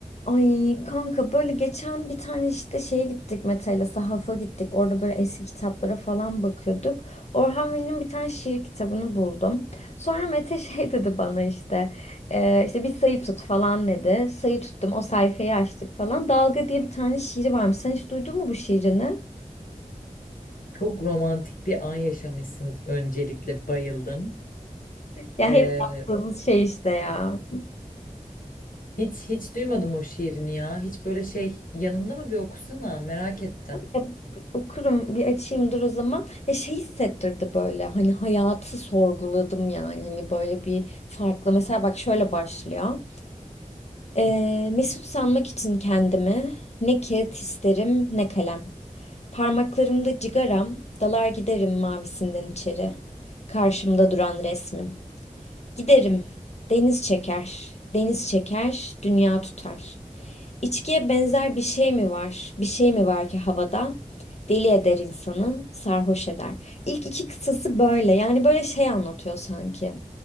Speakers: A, on the left (about 50°); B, on the left (about 80°).
A: Ay kanka böyle geçen bir tane işte şeye gittik Mete'yle sahafa gittik. Orada böyle eski kitaplara falan bakıyorduk. Orhan Veli'nin bir tane şiir kitabını buldum. Sonra Mete <laughs> şey dedi bana işte "Ee, işte bir sayı tut falan dedi. Sayı tuttum o sayfayı açtık falan. Dalga diye bir tane şiiri varmış. Sen hiç duydun mu bu şiirini?
B: Çok romantik bir an yaşamışsınız öncelikle bayıldım.
A: Ya
B: Ee,
A: hep yaptığımız şey işte ya.
B: hiç hiç duymadım o şiirini ya. Hiç böyle şey yanında mı bir okusana merak ettim.
A: Ya, Okurum bir açayım dur o zaman. Ya şey hissettirdi böyle hani hayatı sorguladım yani hani böyle bir farklı. Mesela bak şöyle başlıyor. Ee, mesut sanmak için kendimi ne kağıt isterim ne kalem. Parmaklarımda cigaram dalar giderim mavisinden içeri. Karşımda duran resmin. Giderim. Deniz çeker. Deniz çeker, dünya tutar. İçkiye benzer bir şey mi var? Bir şey mi var ki havada? Deli eder insanı, sarhoş eder. İlk iki kıtası böyle. Yani böyle şey anlatıyor sanki.